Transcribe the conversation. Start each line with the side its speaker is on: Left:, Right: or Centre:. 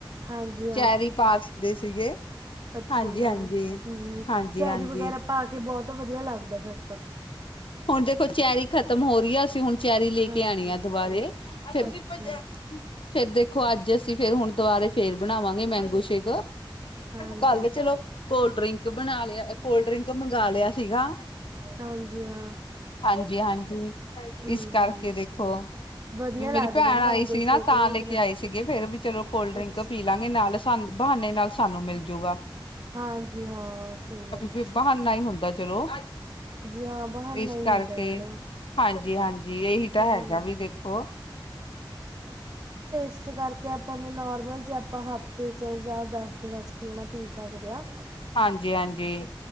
Right: ਹਾਂਜੀ
Left: ਚੈਰੀ ਪਾ ਲਿੰਦੇ ਸੀਗੇ।
Right: ਅੱਛੇਆ
Left: ਹਾਂਜੀ-ਹਾਂਜੀ।
Right: ਮੈਡਮ ਹੂੰ
Left: ਹਾਂਜੀ-ਹਾਂਜੀ
Right: ਚੈਰੀ ਵਗੈਰਾ ਪਾ ਕੇ ਬੋਤ ਵਧੀਆ ਲੱਗਦਾ ਫੇਰ ਤਾਂ।
Left: ਹੁਣ ਦੇਖੋ ਚੈਰੀ ਖ਼ਤਮ ਹੋ ਰੀ ਆ ਅਸੀਂ ਹੁਣ ਚੈਰੀ ਲੇ
Right: ਹਾਂਜੀ
Left: ਕੇ ਆਣੀ ਆ ਦੁਬਾਰੇ, ਫੇਰ
Right: ਅੱਛਾ
Left: ਤ ਫੇਰ ਦੇਖੋ ਅੱਜ ਅਸੀਂ ਫੇਰ ਹੋਣ ਦੁਬਾਰੇ ਫੇਰ ਬਣਾਵਾਂਗੇ ਮੈਂਗੋ ਸ਼ੇਕ,
Right: ਹਾਂਜੀ
Left: ਕਾੱਲ ਤੇ ਚਲੋ ਕੋਲਡ ਡ੍ਰੀਂਕ ਬਣਾ ਲੇਆ ਅ ਕੋਲਡ ਡ੍ਰੀਂਕ ਮਗਾ ਲੇਆ ਸੀਗਾ
Right: ਹਾਂਜੀ ਹਾਂ
Left: ਹਾਂਜੀ-ਹਾਂਜੀ, ਇਸ
Right: ਹੂੰ
Left: ਕਾਰਕੇ
Right: ਹੂੰ
Left: ਦੇਖੋ
Right: ਵਧੀਆ
Left: ਵੀ ਮੇਰੀ
Right: ਲੱਗਦਾ
Left: ਭੈਣ
Right: ਮੈਮ ਮੈਂਗੋ
Left: ਆਈ ਸੀ
Right: ਸ਼ੇਕ
Left: ਨਾ ਤਾਂ
Right: ਵੀ
Left: ਲੈਕੇ
Right: ਬਣਾਉਣਾ
Left: ਆਏ
Right: ਸੀ
Left: ਸੀਗੇ ਫੇਰ ਵੀ ਚਲੋ ਕੋਲਡ ਡ੍ਰੀਂਕ
Right: ਅੱਛਾ
Left: ਪੀ ਲਾਂਗੇ ਨਾਲ ਸਨ ਬਹਾਨੇ ਨਾਲ ਸਾਨੂੰ ਮਿਲਜੂਗਾ।
Right: ਹਾਂਜੀ ਹਾਂ, ਸਈ ਗੱਲ ਐ।
Left: ਵੀ ਬਹਾਨਾ ਹੀ ਹੁੰਦਾ ਚਲੋ,
Right: ਹਾਂ ਬਹਾਨਾ
Left: ਇਸ
Right: ਹੀ
Left: ਕਰਕੇ
Right: ਹੁੰਦਾ ਮੈਡਮ
Left: ਹਾਂਜੀ-ਹਾਂਜੀ, ਏਹੀ ਤਾਂ
Right: ਹਮ
Left: ਹੈਗਾ ਵੀ ਦੇਖੋ
Right: ਇਸ ਕਾਰਕੇ ਆਪ ਆਪਾ ਨੇ ਨੋਰਮਲ ਜੇ ਆਪਾਂ ਹਫ਼ਤੇ ਚ ਜਾਂ ਦੱਸ ਦਿਣਾਂ 'ਚ ਪੀਣਾ ਪੀ ਸਾਕਦੇ ਆਂ।
Left: ਹਾਂਜੀ-ਹਾਂਜੀ,